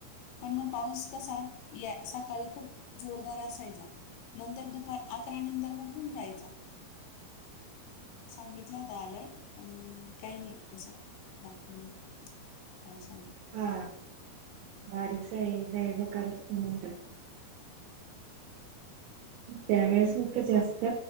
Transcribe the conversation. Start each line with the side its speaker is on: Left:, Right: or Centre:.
Left: पण मग पाऊस कसा या सकाळी खूप जोरदार असायचा. नंतर दुपार अकरा नंतर उघडून जायचा. सांगितलं होता आलर्ट, पण काही नाही असं दाखवलं. पाऊस आणि
Right: हा बारीक हे जाच करतत. त्या वेळेस मत जास्त